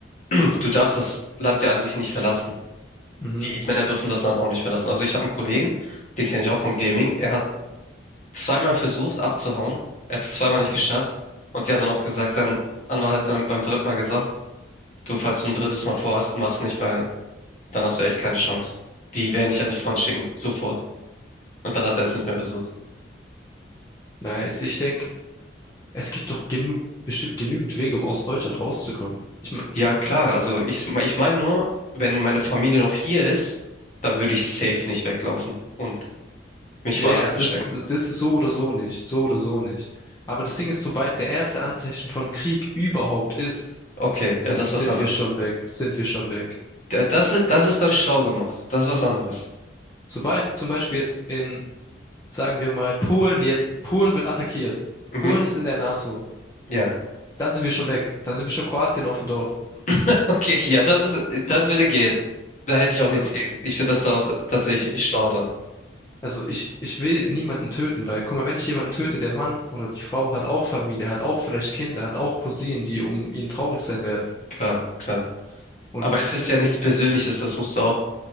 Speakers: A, on the left; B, on the left.
A: <clears throat> du darfst das Land ja an sich nicht verlassen.
B: Mhm.
A: Die Männer dürfen das Land auch nicht verlassen. Also ich habe einen Kollegen, den kenne ich auch vom Gaming, er hat zweimal versucht abzuhauen, er hat es zweimal
B: Mhm.
A: nicht geschafft und die haben dann auch gesagt, sein Anwalt hat dann beim dritten Mal gesagt, du, falls du ein drittes Mal vorhast, mach's nicht, weil dann hast du echt keine Chance. Die werden dich an die Front schicken, sofort. Und dann hat er es nicht mehr versucht.
B: Naja, ich, ich denke, es gibt doch genug, bestimmt genügend Wege, um aus Deutschland rauszukommen. Ich mein,
A: Ja, klar, also ich, ich meine nur, wenn meine Familie noch hier ist, dann würde ich safe nicht weglaufen und mich
B: ja,
A: woanders
B: ja,
A: verstecken.
B: das, das ist so oder so nicht, so oder so nicht. Aber das Ding ist, sobald der erste Anzeichen von Krieg überhaupt ist,
A: Okay,
B: sind,
A: ja, das
B: sind
A: ist was anderes.
B: wir schon weg, sind wir schon weg.
A: Da- Das ist, das ist dann schlau gemacht. Das ist was anderes.
B: Sobald zum Beispiel jetzt in Sagen wir mal, Polen jetzt, Polen wird attackiert.
A: Mhm,
B: Polen ist in der NATO.
A: ja.
B: Dann sind wir schon weg. Dann sind wir schon Kroatien auf dem Dorf.
A: <laughs> Okay, ja, das ist, das würde gehen. Da hätte ich auch nichts
B: Also,
A: gegen. Ich finde das auch tatsächlich schlau dann.
B: also ich, ich will niemanden töten, weil, guck mal, wenn ich jemanden töte, der Mann oder die Frau hat auch Familie, hat auch vielleicht Kinder, hat auch Cousinen, die um ihn traurig sein werden.
A: Klar, klar.
B: Und
A: Aber es ist ja nichts Persönliches, das musst du auch